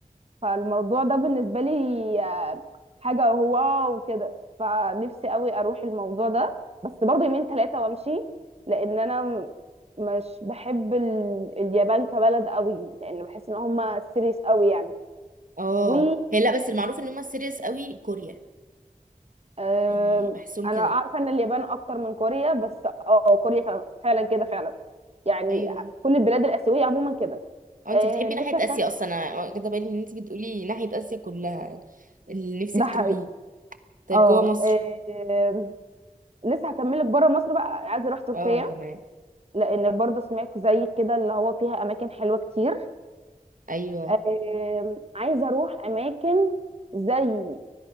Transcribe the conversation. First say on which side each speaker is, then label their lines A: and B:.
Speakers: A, on the right; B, on the right.
A: فالموضوع ده بالنسبة لي آه، حاجة واو وكده فنفسي قوي اروح الموضوع ده بس برضه يومين ثلاثة وامشي لان انا م- مش بحب ال... اليابان كبلد قوي لان بحس ان هم سيريس قوي يعني
B: اه
A: و
B: هي لا بس المعروف ان هم سيريس قوي كوريا
A: آم،
B: يعني بحسهم
A: انا
B: كده
A: عارفة ان اليابان اكتر من كوريا بس اه كوريا كمان- فعلا كده فعلا يعني
B: ايوه
A: كل البلاد الآسيوية عموما كده
B: اه انت
A: آه،
B: بتحبي
A: نفسي
B: ناحية
A: أسافر
B: اسيا اصلا انا واخدة بالي ان انت بتقولي ناحية اسيا كلها اللي نفسك
A: ده حقيقي
B: تروحيه طيب
A: اه
B: جوه مصر
A: آه، لسه هكملك بره مصر بقى عايزه اروح تركيا
B: اه تمام
A: لان برضو سمعت زيك كده اللي هو فيها اماكن حلوه كتير
B: ايوه
A: آم، عايزه اروح اماكن زي